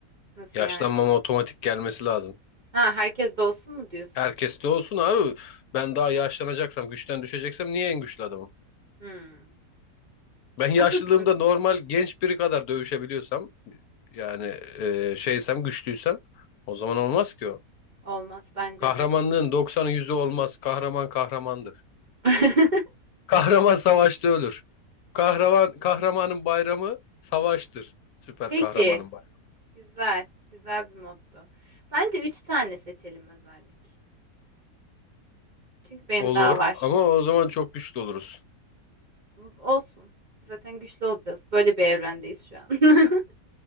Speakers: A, on the right (about 45°); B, on the left (about 70°).
A: Nasıl
B: Yaşlanmama
A: yani?
B: otomatik gelmesi lazım.
A: Ha herkes de olsun mu diyorsun?
B: Herkes de olsun abi. Ben daha yaşlanacaksam, güçten düşeceksem niye en güçlü adamım?
A: Hmm.
B: Ben
A: Haklısın.
B: <laughs> yaşlılığımda normal genç biri kadar dövüşebiliyorsam, yani e, şeysem, güçlüysem o zaman olmaz ki o.
A: Olmaz bence
B: Kahramanlığın
A: de.
B: 90'ı 100'ü olmaz. Kahraman kahramandır.
A: <laughs>
B: <laughs> Kahraman savaşta ölür. Kahraman kahramanın bayramı savaştır. Süper
A: Peki.
B: kahramanın bayramı.
A: Güzel. Güzel bir motto. Bence üç tane seçelim özellik. Çünkü benim
B: Olur
A: daha var.
B: ama o zaman çok güçlü oluruz.
A: Olsun. Zaten güçlü olacağız. Böyle bir evrendeyiz şu an. <laughs>